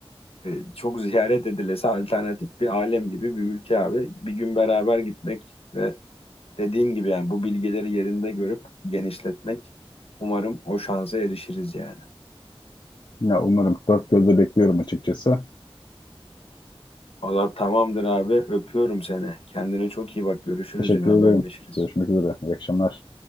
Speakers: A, on the left (about 75°); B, on the left (about 50°).
A: e, çok ziyaret edilesi alternatif bir alem gibi bir ülke abi. Bir gün beraber gitmek ve dediğim gibi yani bu bilgileri yerinde görüp genişletmek umarım o şansa erişiriz yani.
B: Ya umarım. Dört gözle bekliyorum açıkçası.
A: Valla tamamdır abi. Öpüyorum seni. Kendine çok iyi bak. Görüşürüz
B: Teşekkür
A: yine haberleşiriz.
B: ederim. Görüşmek üzere. İyi akşamlar.